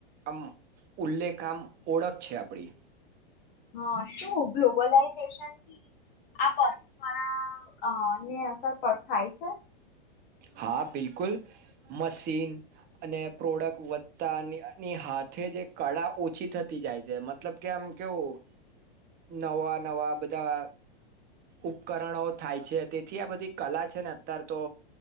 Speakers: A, on the right; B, on the left.
A: આમ ઉલ્લેખ આમ ઓળખ છે આપડી
B: હા શું ગ્લોબલાઈઝ આ પરંપરા ને અસર થાય છે
A: હા બિલકુલ મશીન અને પ્રોડક્ટ વધતાની હાથે જે કળા ઓછી થતી જાય છે મતલબ કે આમ કેવું નવા નવા બધા ઉપકરણો થાય છે તેથી આ બધી કલા છે ને અત્યારે તો